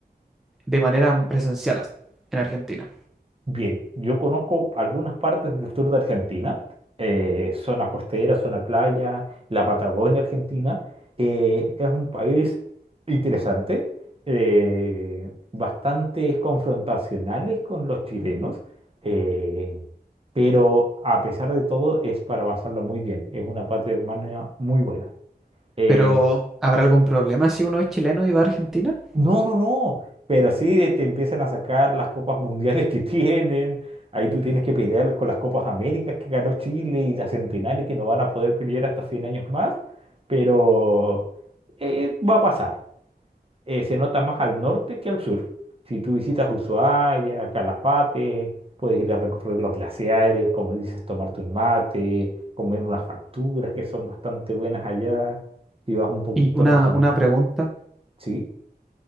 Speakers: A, in the centre; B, on the right.
A: de manera presencial as- en Argentina.
B: Bien, yo conozco algunas partes del sur de Argentina, eh, zona costera, zona playa, la Patagonia Argentina. eh, es un país interesante, eh, bastante confrontacionales con los chilenos, eh, pero a pesar de todo es para pasarlo muy bien. Es una patria hermana muy buena. Eh,
A: Pero, ¿habrá algún problema si uno es chileno y va a Argentina?
B: No, no, no. Pero sí de- te empiezan a sacar las copas mundiales que <laughs> tienen. Ahí tú tienes que pelear con las copas Américas que ganó Chile y las centenares que no van a poder pelear hasta 100 años más. Pero eh, va a pasar. Eh, se nota más al norte que al sur. Si tú visitas Ushuaia, Calafate, puedes ir a recorrer los glaciares, como dices, tomarte un mate, comer unas facturas que son bastante buenas allá. Si vas un poquito
A: Y una,
B: más allí,
A: una pregunta,
B: sí.